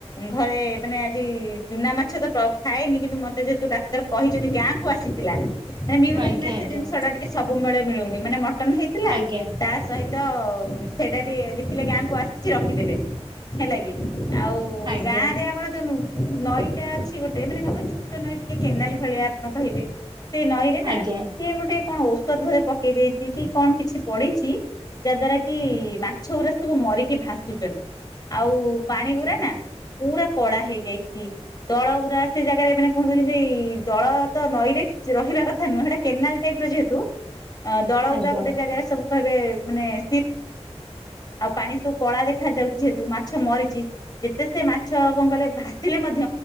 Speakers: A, on the left (about 35°); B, on the right (about 45°).
A: ଘରେ ମାନେ ଆଜି ଚୁନା ମାଛ ତ ଖାଏନି। କିନ୍ତୁ ମତେ ଯେହେତୁ ଡାକ୍ତର କହିଛନ୍ତି। ଗାଁକୁ ଆସି ଥିଲା ମିଳୁନି
B: ଆଜ୍ଞା
A: ନା ସେ
B: ଆଜ୍ଞା
A: ଜିନିଷ ଟା ଟିକେ ସବୁ ବେଳେ ମିଳୁନି। ମାନେ ମ ଟନ ହେଇଥିଲା
B: ଆଜ୍ଞା
A: ତା ସହି ତ ସେଇଟା ଟିକେ ଦେଖିଲେ ଗାଁକୁ ଆସିଛି। ତ ରଖିଦେଲେ ହେଲା କି ଆଉ
B: ଆଜ୍ଞା
A: ଗାଁ ରେ ଆମର ଜାନୁ ନଈଟା ଅଛି ଗୋଟେ ମାନେ ଭାବ ଛୋଟ ନଈ ଟିକେ କେନାଲ ଭଳିଆ ଆପଣ କହିବେ। ସେ ନଈରେ ନା
B: ଆଜ୍ଞା
A: ସିଏ ଗୋଟେ କଣ ଔଷଧ ଘରେ ପକେଇ ଦେଇ କି କଣ କିଛି ପଡିଛି। ଯାହା ଦ୍ଵାରା କି ମାଛ ଗୁଡା ସବୁ ମରିକି ଭାସୁଛନ୍ତି। ଆଉ ପାଣି
B: ଆଜ୍ଞା।
A: ଗୁରା ନା ପୁରା କଳା ହେଇଯାଇଛି। ଦଳ ଗୁରା ସେଇ ଜାଗାରେ ମାନେ କୁହନ୍ତୁ ଯେମିତି ଦଳ ତ ନଈରେ ରହିବା କଥା ନୁହୁଁ। ହେଟା କେନାଲ ଟାଇପ ର ଯେହେତୁ ଦଳ
B: ଆଜ୍ଞା
A: ପୁରା ଗୋଟେ ଜାଗାରେ ସବୁ କହିବେ ମାନେ ସ୍ଥି ଆଉ ପାଣି ସବୁ କଳା ଦେଖା ଯାଉଛି। ଯେହେତୁ ମାଛ ମରିଛି। ଯେତେ ସେ ମାଛ କଣ କହିଲେ ଭାସିଲେ ମଧ୍ୟ